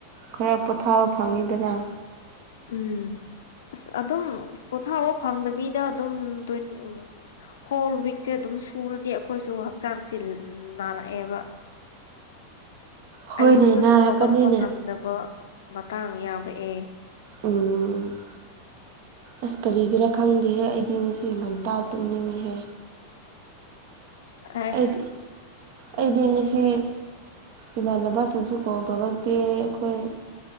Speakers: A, on the right; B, on the left.
A: ꯈꯔ ꯄꯣꯊꯥꯕ ꯐꯪꯉꯤꯗꯅ
B: ꯎꯝ ꯑꯁ ꯑꯗꯨꯝ ꯄꯣꯊꯥꯕ ꯐꯪꯗꯕꯤꯗ ꯑꯗꯨꯝ ꯇ ꯎꯝ ꯍꯣꯜ ꯋꯤꯛꯁꯦ ꯑꯗꯨꯝ ꯁꯨꯔꯗꯤ ꯑꯩꯈꯣꯏꯁꯨ ꯍꯛꯆꯥꯡꯁꯦ ꯅꯥꯔꯛꯑꯦꯕ
A: ꯍꯣꯏꯅꯦ
B: ꯑꯌꯨꯛꯇꯁꯨ
A: ꯅꯥꯔꯛꯀꯅꯤꯅꯦ
B: ꯍꯧꯒꯠꯄ ꯉꯝꯗꯕ ꯃꯇꯥꯡ ꯌꯥꯎꯔꯛꯑꯦ
A: ꯎꯝ ꯑꯁ ꯀꯔꯤꯒꯤꯔ ꯈꯪꯗꯦꯍꯦ ꯑꯩꯗꯤ ꯉꯁꯤ ꯉꯟꯇꯥ ꯇꯨꯝꯅꯤꯡꯉꯤꯍꯦ
B: ꯑꯦ
A: ꯑꯩ ꯑꯩꯗꯤ ꯉꯁꯤ ꯏꯃꯥꯟꯅꯕꯁꯤꯡꯁꯨ ꯀꯣꯜ ꯇꯧꯔꯛꯇꯦ ꯑꯩꯈꯣꯏ